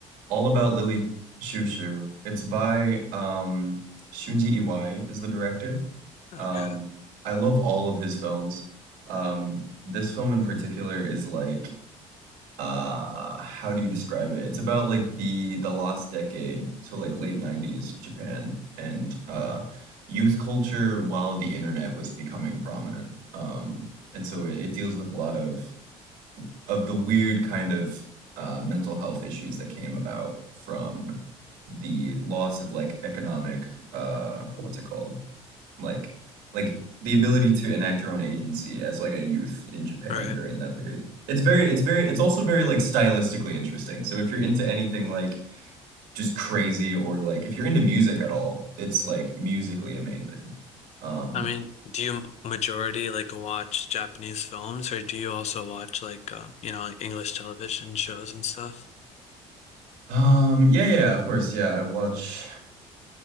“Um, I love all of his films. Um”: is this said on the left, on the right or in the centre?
Right